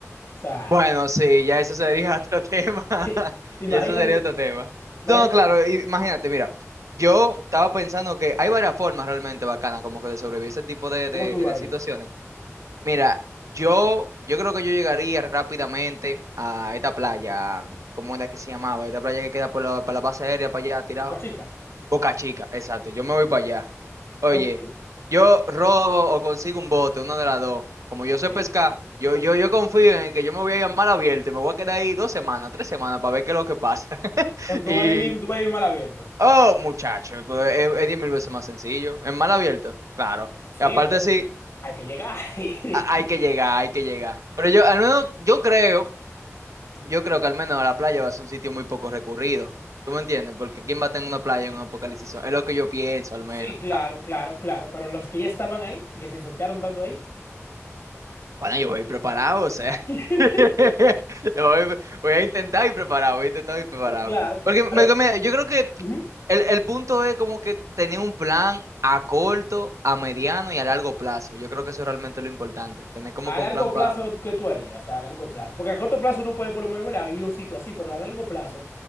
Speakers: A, on the left; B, on the right.
A: O sea,
B: Bueno, sí, ya eso sería otro <laughs> tema,
A: <laughs> imagínate
B: y eso sería
A: tú.
B: otro tema.
A: Imagínate
B: No, claro, y- imagínate, mira, yo estaba pensando que hay varias formas realmente bacanas como que de sobrevivir a ese tipo de,
A: cómo
B: de,
A: tú lo
B: de
A: harías.
B: situaciones. Mira, yo, yo creo que yo llegaría rápidamente a esta playa, ¿cómo era que se llamaba? Esta playa que queda por la, por la base aérea para allá, tirado.
A: Boca chica.
B: Boca Chica, exacto. Yo me voy para allá. Oye,
A: Ok,
B: yo robo o consigo un bote, una de las dos. Como
A: ok,
B: yo sé pescar, yo,
A: ok.
B: yo, yo confío en que yo me voy a llamar abierto y me voy a quedar ahí dos semanas, tres semanas para ver qué es lo que pasa. <laughs>
A: Entonces tú
B: Y,
A: vas a vivir, tú vas a vivir mal abierto.
B: oh, muchacho, pues, es, es diez mil veces más sencillo. En mar abierto, claro.
A: Sí,
B: Y aparte
A: pero
B: sí,
A: hay que llegar. <laughs>
B: a- hay que llegar, hay que llegar. Pero yo, al menos, yo creo, yo creo que al menos la playa va a ser un sitio muy poco recurrido. ¿Tú me entiendes? Porque ¿quién va a tener una playa en un apocalipsis? zombie? Es lo que yo pienso, al
A: Sí,
B: menos.
A: claro, claro, claro, pero los que ya estaban ahí y que se infectaron tanto ahí.
B: Bueno, yo voy preparado, o sea.
A: <laughs>
B: <laughs> Yo Voy, voy a intentar ir preparado, voy a intentar ir preparado.
A: Claro,
B: Porque
A: pero
B: me- me- yo creo que
A: ujú,
B: el, el punto es como que tener un plan a corto, a mediano y a largo plazo. Yo creo que eso es realmente es lo importante. Tener como
A: a
B: que
A: largo
B: un plan para...
A: plazo, ¿qué tú harías? O sea, a largo plazo. Porque a corto plazo no puede por lo menos ¿verdad? ir a un sitio así, pero a largo plazo,